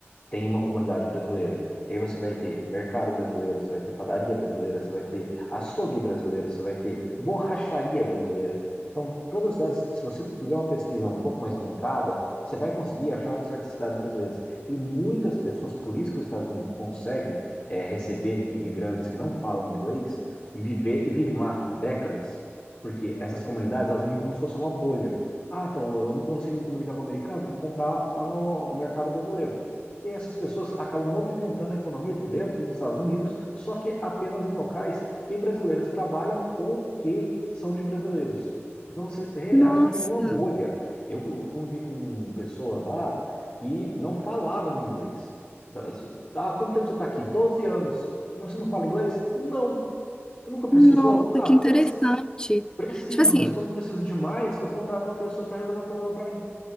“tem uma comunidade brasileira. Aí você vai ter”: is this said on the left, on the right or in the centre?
Left